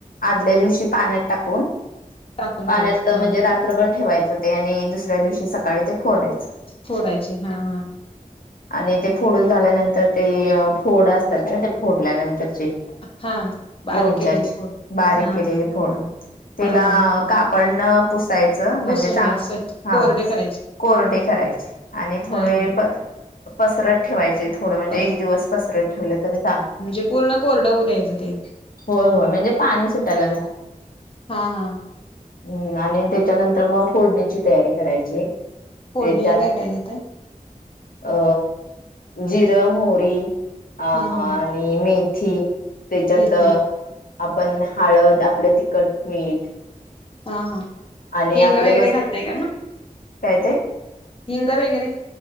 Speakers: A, on the left (about 80°); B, on the left (about 40°).
A: आदल्या दिवशी पाण्यात टाकून
B: टाकून
A: पाण्यात
B: ठेवायचे
A: म्हणजे
B: हा
A: रात्रभर ठेवायच ते आणि दुसऱ्या दिवशी सकाळी ते फोडायच
B: फोडायचे हा हा
A: आणि ते फोडून झाल्यानंतर ते फोड असतात ना ते फोडल्यानंतरचे
B: हा बारीक
A: लोणच्याची
B: केलेले फोड
A: बारीक
B: हा
A: केलेली फोड त्याला
B: हा हा
A: काप पडण पुस् याच म्हणजे
B: पुसून
A: चांग
B: घ्या स्वच्छ
A: हा
B: कोरडे करायचे
A: कोरडे करायचे आणि थोडे
B: हा हा
A: प तपसरत ठेवायचे थोड म्हणजे
B: बस
A: एक दिवस पसर पसरत ठेवले तरच
B: म्हणजे पूर्ण कोरड होवू द्यायचं ते
A: होय होय म्हणजे पाणी सुटायला
B: हा हा
A: हम् आणि त्याच्यानंतर मग फोडणीची तयारी करायची
B: फोडणीला
A: त्याच्यात
B: काय काय घेताय
A: अ जिर मोरी ह
B: हा हा
A: आणि मीठ ठीक त्याच्यात
B: मेथी
A: आपण हळद आपलं तिखट मीठ
B: हा हा
A: आणि
B: हिंग
A: आपले
B: वगैरे
A: मस्
B: घालताय का मग
A: काय ते
B: हिंग वगैरे